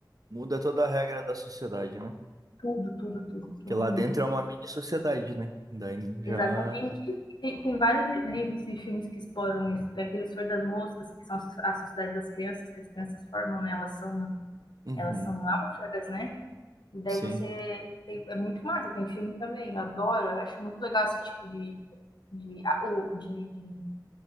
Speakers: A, on the right; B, on the left.
A: Muda toda a regra da sociedade, né?
B: Tudo, tudo, tudo,
A: Porque
B: todo
A: lá
B: mundo.
A: dentro é uma mini sociedade, né? Daí já,
B: Exatamente. Tem, tem vários livros e filmes que exploram isso. Tem aquele Senhor das Moscas, que são a sociedade das crianças, que as crianças formam, né? Elas são,
A: Uhum.
B: elas são náufragas, né? E daí
A: sim,
B: você tem, é muito massa, tem filme também, eu adoro, eu acho muito legal esse tipo de, de, ah, de, de,